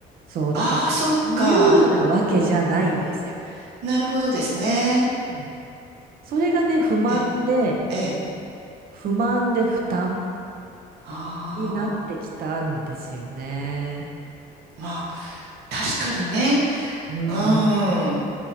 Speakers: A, on the right (about 60°); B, on the right (about 75°).
A: そう、
B: ああ、
A: だから自由なわけじゃないんですよ。
B: そっか。うんうんうん。なるほどですね。
A: うんそれがね、不満で、
B: ええ、ええ。
A: 不満で負担。
B: あ
A: になってきたんですよね。
B: あ、まあ、確かにね。
A: うん。
B: うん。